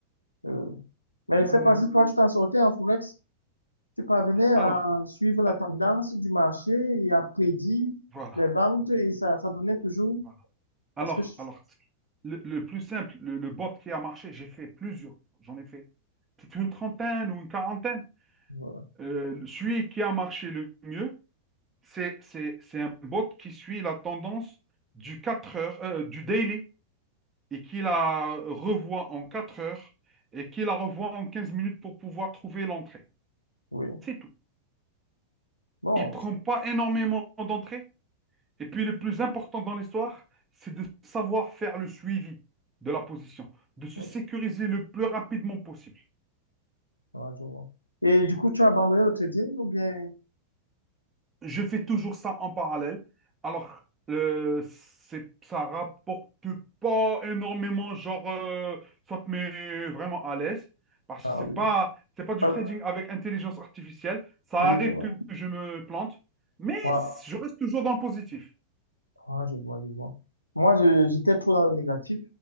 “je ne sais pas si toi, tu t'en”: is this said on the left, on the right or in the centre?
Left